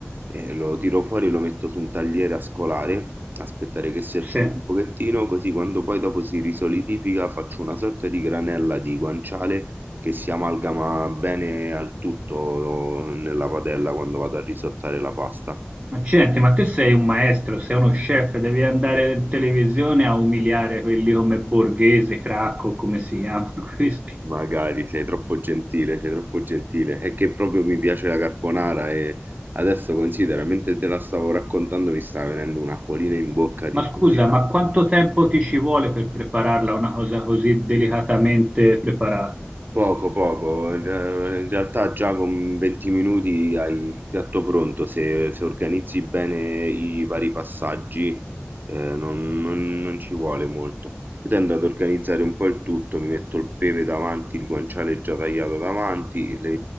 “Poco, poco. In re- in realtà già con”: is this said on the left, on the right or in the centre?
Right